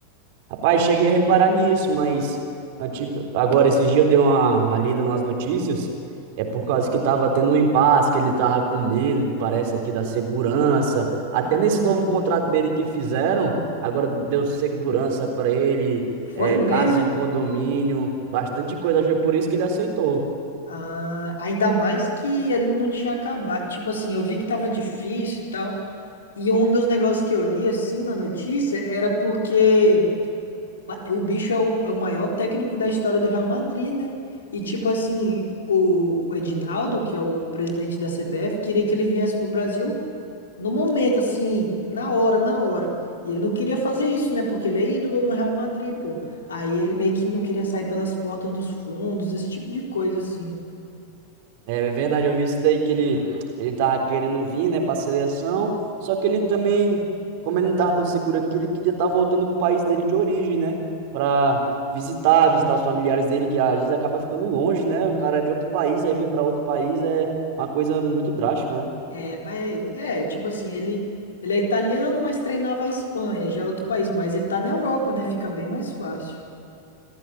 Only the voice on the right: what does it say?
Rapaz, cheguei a reparar nisso, mas antigo- agora esses dias eu dei uma uma lida nas notícias, é por causa que tava tendo um impasse, que ele tava com medo, parece aqui, da segurança. Até
nesse novo contrato dele que fizeram, agora deu segurança para ele,
é,
casa
em condomínio, bastante coisa. Acho que foi por isso que ele aceitou.
É verdade, eu vi isso daí que ele, ele tava querendo vir, né, pra seleção, só que ele também, como ele não tava tão seguro aqui, ele queria estar voltando pro país dele de origem, né, pra visitar, visitar os familiares dele, que às vezes acaba ficando longe, né, o cara é de outro país, aí vir para outro país é uma coisa muito drástica, né.